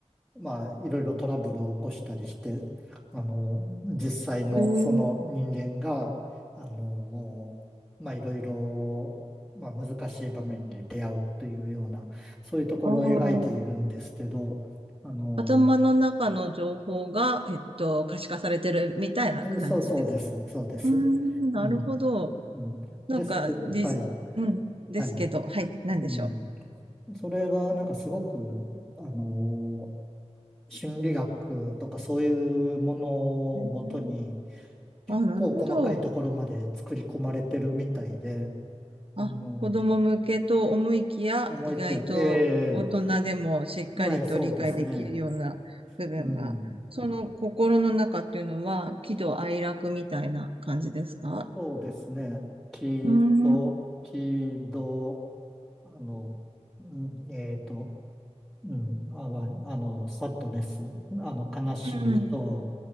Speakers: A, in the centre; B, on the right.
A: まあ、いろいろトラブルを起こしたりして、あの、実際のその人間が、
B: えー、
A: あの、まあ、いろいろ、まあ、難しい場面に出会うというような、そういうところを描いているんですけど、
B: ああ、
A: あの、
B: 頭の中の情報が、えっと、可視化されてるみたいな感じですか。
A: そうそうです、そうです。
B: うーん、なるほど。
A: うん、うん。
B: なんか、
A: ですけど、
B: じ、
A: はい、
B: うん、ですけど、
A: はい、
B: はい、なんでしょ
A: うん。それが、なんかすごく、あの、心理学とかそういうものをもとに、
B: う。へー
A: 結構細かいところまで作り込まれてるみたいで、
B: あ、なるほど。
A: あの、
B: あ、子供向けと思いきや、
A: 思いきや、
B: 意外と大人でもしっかりと理解できるような部分が、
A: ええはい、そうですね。うん、
B: その心の中っていうのは、喜怒哀楽みたいな感じですか
A: そうですね。木と、
B: うーん、うん、
A: 木と、あの、うんえっと、うん、あ、わあの、サッドネス、あの、悲しみと、
B: うん、